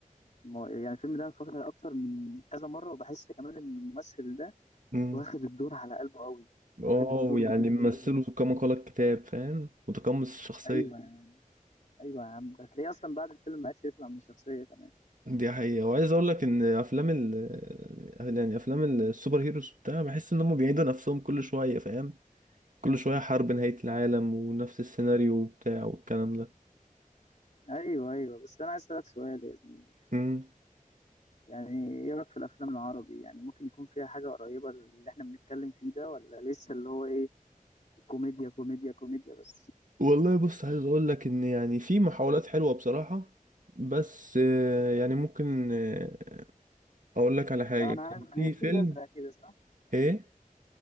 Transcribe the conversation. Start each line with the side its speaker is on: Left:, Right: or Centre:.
Left: ما- يعني الفيلم ده أنا اتفرجت عليه اكتر من كذا مره وبحس كمان ان الممثل ده
Right: مم.
Left: واخد الدور على قلبه قوي
Right: واو
Left: واخد الدور
Right: يعني
Left: بجديه
Right: ممثله كما قال الكتاب فاهم متقمص الشخصيه
Left: ايوه يا عم ايوه يا عم ده هتلاقيه اصلا بعد الفيلم ما عرفش يطلع من الشخصيه كمان
Right: دي حقيقة وعايز اقول لك ان افلام ال يعني افلام السوبر هيروز بتاع بحس ان هم بيعيدوا نفسهم كل شوية فاهم كل شوية حرب نهاية العالم ونفس السيناريو وبتاع والكلام ده
Left: ايوه ايوه بس انا عايز اسالك سؤال يا زميلي
Right: امم
Left: يعني ايه رايك في الافلام العربي يعني ممكن يكون فيها حاجه قريبه اللي احنا بنتكلم فيه ده ولا لسه اللي هو ايه كوميديا كوميديا كوميديا بس
Right: والله بص عايز اقول لك ان يعني في محاولات حلوة بصراحة بس آه، يعني ممكن آه، اقول لك على حاجة
Left: انا
Right: كان
Left: عارف
Right: في
Left: زي الفيل
Right: فيلم
Left: الازرق كده صح
Right: ايه